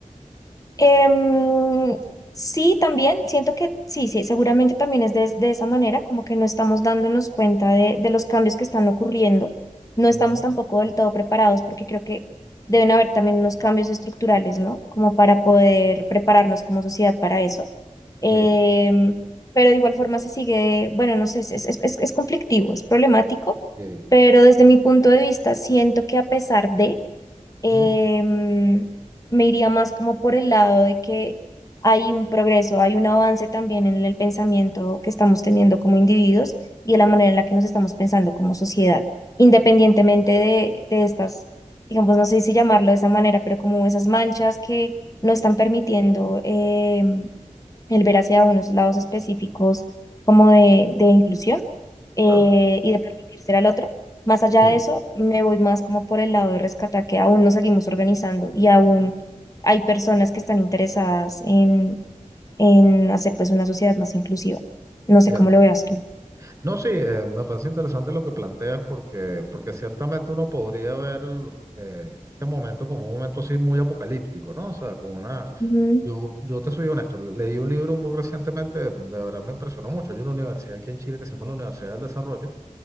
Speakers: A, on the left; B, on the right.
A: Em, sí, también siento que sí, sí, seguramente también es de, de esa manera, como que no estamos dándonos cuenta de, de los cambios que están ocurriendo, no
B: Ujú.
A: estamos tampoco del todo preparados porque creo que deben haber también unos cambios estructurales, ¿no? Como para poder
B: Ah,
A: prepararnos como sociedad para eso. Em,
B: Sí,
A: pero de igual forma se sigue, bueno, no sé, es, es, es, es conflictivo, es problemático,
B: sí.
A: pero desde mi punto de vista siento que a pesar de
B: Ujú.
A: em, me iría más como por el lado de que hay un progreso, hay un avance también en el pensamiento que estamos teniendo como individuos y de la
B: Ya,
A: manera en la que nos estamos pensando como sociedad, independientemente
B: Sí,
A: de, de estas, digamos, no sé si llamarlo de esa manera, pero como esas manchas que no están permitiendo em, el ver hacia unos lados específicos como de, de inclusión eh,
B: claro.
A: y de permitirse al otro. Más allá
B: Sí,
A: de eso, me voy más como por el lado de rescatar que aún nos seguimos organizando y aún hay personas que están interesadas en, en hacer pues una sociedad más inclusiva. No
B: entiendo.
A: sé cómo lo veas tú.
B: No, sí, eh, me parece interesante lo que planteas porque, porque ciertamente uno podría ver el, eh, este momento como un momento así muy apocalíptico, ¿no? O sea, con una...
A: Ujú,
B: Yo, yo te soy honesto, le- leí un libro muy recientemente, de verdad me impresionó mucho. Hay una universidad aquí en Chile que se llama la Universidad del Desarrollo